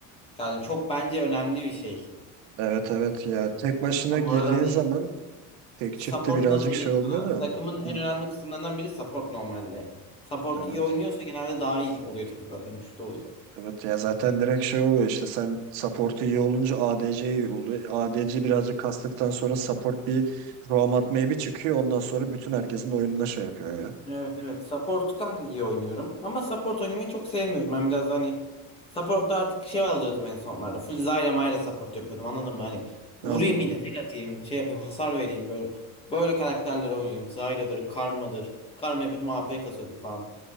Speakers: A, on the left; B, on the right.
A: Yani çok bence önemli bir şey.
B: Evet evet ya tek başına
A: Ben
B: girdiğin
A: bu arada hani
B: zaman tek
A: support
B: çifte birazcık
A: nasıl
B: şey
A: diyeyim
B: olmuyor
A: sana?
B: da.
A: Takımın en
B: Hı,
A: önemli kısımlarından biri support normalde. Support
B: Evet.
A: iyi oynuyorsa genelde daha iyi oluyor takım zaten güçlü oluyor.
B: Evet ya zaten direkt şey oluyor işte sen support'u iyi olunca ADC iyi oluyor. ADC birazcık kastıktan sonra support bir roam atmaya bir çıkıyor. Ondan sonra bütün herkesin oyununa şey yapıyor ya.
A: Evet evet. Support kanka iyi oynuyorum. Ama support oynamayı çok sevmiyorum. Ben biraz da hani support'ta artık şey alıyordum en sonlarda. Full Zyra Mayra support yapıyordum anladın mı? Hani
B: Anladım.
A: vurayım yine tek atayım şey yapayım hasar vereyim böyle. Böyle karakterleri oynuyorum. Zyra'dır, Karma'dır. Karma yapıyordum AP kasıyordum falan.